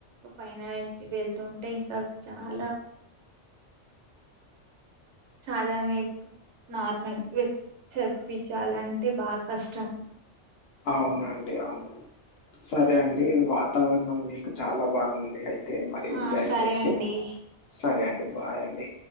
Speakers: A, on the right; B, on the left.
A: పైన అయి వెళ్తుంటే ఇంకా చాలా సాధారణంగా ఇప్ నార్మల్ చదిపించాలంటే బాగా కష్టం
B: అవునండి అవును సరే అండి వాతావరణం మీకు చాలా బాగుంది అయి తే మరి ఎంజాయ్
A: ఆ సరే
B: చేయండి
A: అండి
B: సరే అండి బాయ్ అండి